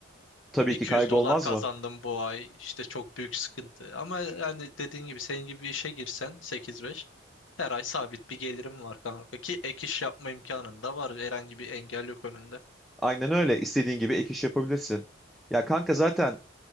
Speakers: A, in the centre; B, on the left.
A: Tabii
B: 200
A: ki kaygı
B: dolar
A: olmaz
B: kazandım
A: mı?
B: bu ay. İşte çok büyük sıkıntı. Ama yani dediğin gibi senin gibi bir işe girsen 8-5 her ay sabit bir gelirim var kanka ki ek iş yapma imkanın da var. Herhangi bir engel yok önünde.
A: Aynen öyle. İstediğin gibi ek iş yapabilirsin. Ya kanka zaten